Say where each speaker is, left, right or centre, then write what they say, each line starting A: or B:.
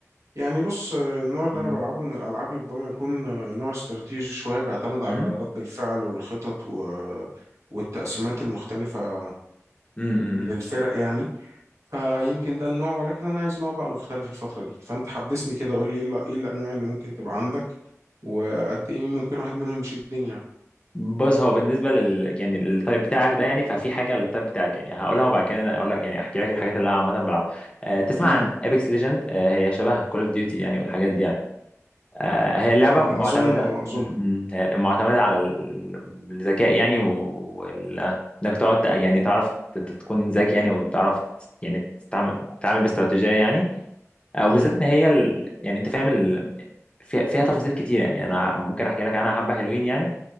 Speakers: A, on the right (about 65°); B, on the left (about 20°).
A: يعني بص آه، النوع اللي
B: مم،
A: أنا بلعبه من الألعاب ربما يكون آه، نوع استراتيجي شوية بيعتمد
B: مم،
A: على رد الفعل والخطط و... والتقسيمات المختلفة
B: مم، مم.
A: للفرق يعني فيمكن ده النوع ولكن انا عايز نوع بقى مختلف الفتره دي فانت حدثني كده قول لي ايه ال- إيه الانواع اللي ممكن تبقى عندك وقد ايه ممكن واحد منهم يشدني يعني
B: بص هو بالنسبه لل يعني للتايب بتاعك ده يعني ففي حاجه للتايب بتاعك يعني هقولها وبعد كده اقول لك يعني احكي لك الحاجات اللي انا عامه بلعبها أه تسمع
A: مهم.
B: عن ايبكس ليجند أه هي شبه كول اوف ديوتي يعني والحاجات دي يعني آه، هي لعبة
A: آه،
B: معتمدة
A: اظن اه اظن
B: م- م. هي معتمدة على ال- الذكاء يعني وال... انك تقعد تق- يعني تعرف ت- ت- تكون ذكي يعني وتعرف يعني تتعامل تتعامل باستراتيجية يعني آه،
A: مهم.
B: وبالذات ان هي ال... يعني انت فاهم ال... فيها فيها تفاصيل كتير يعني انا ممكن احكي لك عنها حبة حلوين يعني